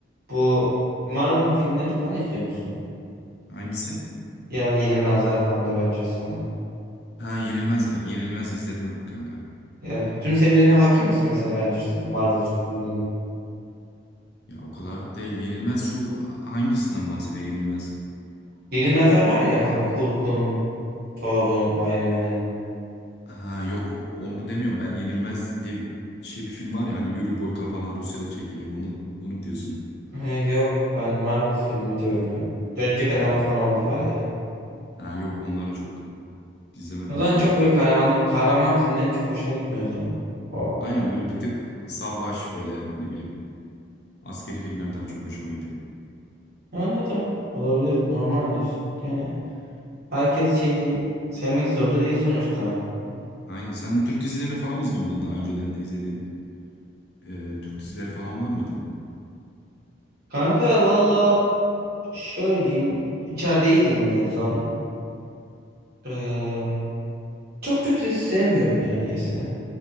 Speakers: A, on the right; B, on the left.
A: Bu Marvel filmlerini falan izliyor musun?
B: Hangisi?
A: Ya Yenilmezler falan, Avengers falan.
B: Ha Yenilmez, e, Yenilmez izledim kanka.
A: Evet. Tüm serilerine hakim misin mesela Avengers'ın, Marvel filmlerinin?
B: Ya o kadar değil. Yenilmez şu hangisinden bahsediyorsun Yenilmez?
A: Yenilmezler var ya kanka Hulk'un, Thor'un, Iron Man'in.
B: Ha yok onu demiyorum ben Yenilmez diye şey bir film var ya hani Yuri Boyka falan Rusya'da çekiliyor. Onu onu mu diyorsun?
A: He, yok ben Marvel filmi diyorum ya. Örümcek Adam
B: Ha.
A: fan oldu var ya.
B: Ha, yok onlara çok izlemedim
A: Ulan
B: onları
A: çok
B: ya.
A: böyle kahramanlık, kahraman filmlerin çok hoşuna gitmiyor o zaman. O.
B: Aynen böyle bir tık savaş böyle ne bileyim. Askeri filmler daha çok hoşuma gidiyor.
A: Anladım. Olabilir. Normaldir. Yani herkes şeyi sevmek zorunda değil sonuçta.
B: Aynen sen Türk dizilerini falan izliyor muydun daha önceden de izlediğin e, Türk dizileri falan var mıydı?
A: Kanka valla şöyle diyeyim. İçerideyi izledim en son. Ee, çok Türk dizisi sevmiyorum yani diyese.